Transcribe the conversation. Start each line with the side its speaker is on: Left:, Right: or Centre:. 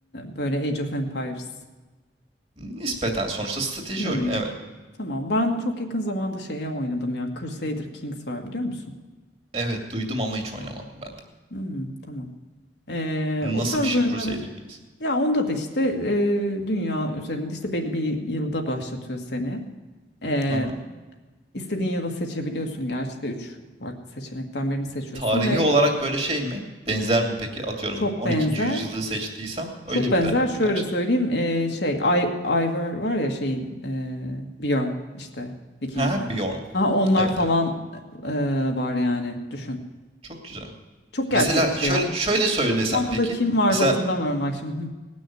Left: böyle Age of Empires.
Right: Nispeten sonuçta strateji
Left: Hmm,
Right: oyunu evet.
Left: tamam. Ben çok yakın zamanda şeye oynadım ya. Crusader Kings var biliyor musun?
Right: Evet duydum ama hiç oynamadım ben de.
Left: Hmm, tamam. Ee,
Right: Nasıl
Left: o tarz
Right: bir şey
Left: oyunları
Right: Crusader Kings?
Left: ya onda da işte e, dünya üzerinde işte belli bir yılda başlatıyor seni. Ee,
Right: Hı hı.
Left: istediğin yılı seçebiliyorsun. Gerçi de üç farklı seçenekten birini seçiyorsun
Right: Tarihi
Left: ve
Right: olarak böyle şey mi? Benzer mi peki? Atıyorum
Left: çok
Right: 12.
Left: benzer.
Right: yüzyılı seçtiysem öyle
Left: Çok benzer
Right: bir dönem
Left: şöyle
Right: mi gerçekten?
Left: söyleyeyim e, şey I, Ivar var ya şeyin e, Björn işte Vikingler.
Right: Ha, Bjorn.
Left: Ha, onlar
Right: Evet
Left: falan
Right: evet.
Left: e, var yani düşün.
Right: Çok güzel.
Left: Çok
Right: Mesela
Left: gerçekçi
Right: şöyle
Left: ya.
Right: şöyle söylesem
Left: Osmanlı'da
Right: peki.
Left: kim vardı
Right: Mesela
Left: hatırlamıyorum bak şimdi. Hı.